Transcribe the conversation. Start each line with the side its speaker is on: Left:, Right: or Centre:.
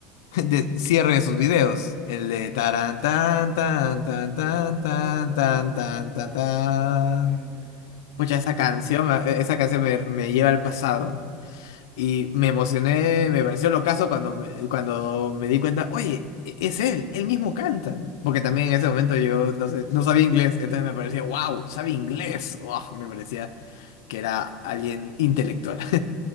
Left: <laughs> de cierre de sus videos. El de taran, tan, tan, tan, tan,
Right: Tan,
Left: tan,
Right: tan, tan,
Left: tan,
Right: tan,
Left: tan,
Right: tan,
Left: tan, tan.
Right: totalmente.
Left: Pucha, esa canción, me- eh, esa canción me, me lleva al pasado. Y me emocioné, me pareció locazo cuando me, cuando me di cuenta, oye, e- es él, él mismo canta. Porque también en ese momento yo, no sé, no sabía inglés, entonces me parecía, wow, sabe inglés. Wow, me parecía que era alguien intelectual.